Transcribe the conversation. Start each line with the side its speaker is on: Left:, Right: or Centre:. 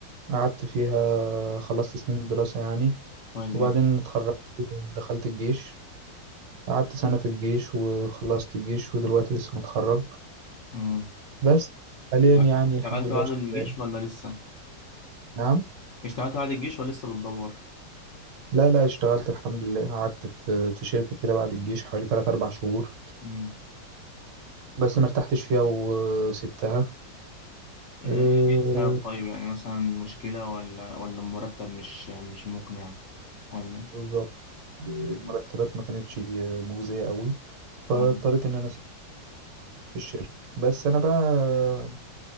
Right: قعدت فيها خلصت سنين الدراسة يعني
Left: كويس
Right: وبعدين
Left: جدا
Right: اتخرجت دخلت الجيش قعدت سنة في الجيش وخلصت الجيش ودلوقتي لسه متخرج
Left: امم
Right: بس حاليا
Left: لا،
Right: يعني
Left: اشتغلت
Right: الحمد لله
Left: بعد
Right: شغال.
Left: الجيش ولا لسه
Right: نعم
Left: اشتغلت بعد الجيش ولا لسه بتدور
Right: لا لا اشتغلت الحمد لله قعدت في في شركة كده بعد الجيش حوالي 3 4 شهور
Left: امم
Right: بس ما ارتحتش فيها وسبتها
Left: ايه
Right: آه،
Left: إيه السبب طيب يعني مثلا مشكلة ولا ولا المرتب مش مش مقنع ولا
Right: بالظبط المرتبات ما كانتش مجزية قوي فاضطريت
Left: امم
Right: ان انا في الشركة بس أنا بقى